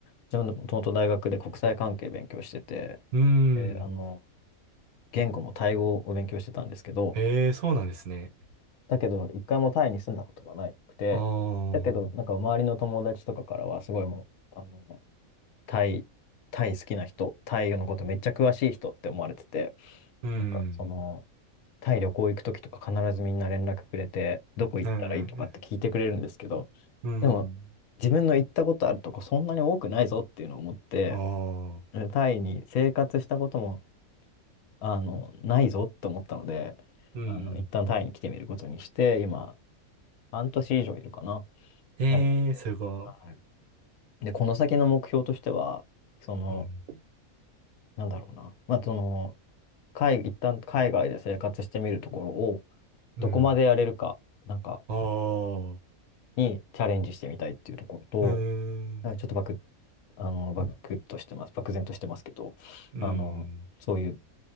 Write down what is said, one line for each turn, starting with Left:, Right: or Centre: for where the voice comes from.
Left: 自分のもともと大学で国際関係勉強してて、
Right: うーん。
Left: で、あの、言語もタイ語を勉強してたんですけど、
Right: へえ、そうなんですね。
Left: だけど、一回もタイに住んだことがなくて、
Right: ああ、
Left: だけど、なんか周りの友達とかからは、すごいもう、あの、タイ、タイ好きな人、タイのことめっちゃ詳しい人って思われてて、
Right: うん、
Left: なんか、その、タイ旅行行くときとか必ずみんな連絡くれて、どこ行ったらいいとかって聞いてくれるんですけど、
Right: うん、うん、
Left: でも自分の行ったことあるとこそんなに多くないぞっていうのを思って、
Right: ああ、
Left: タイに生活したことも、あの、ないぞって思ったので、
Right: うん、
Left: あの、一旦タイに来てみることにして、今、半年以上いるかな、
Right: へえ、
Left: タイに。
Right: すご
Left: はい、で、この先の目標としては、その、
Right: い。うん、
Left: なんだろうな、まあ、その、海、一旦海外で生活してみるところを、
Right: うん、
Left: どこまでやれるか、なんか、
Right: ああ、
Left: にチャレンジしてみたいっていうところと、
Right: うん、
Left: なんかちょっとバク、あの、バクッとしてます、漠然としてますけど、
Right: うん、
Left: あの、そういう、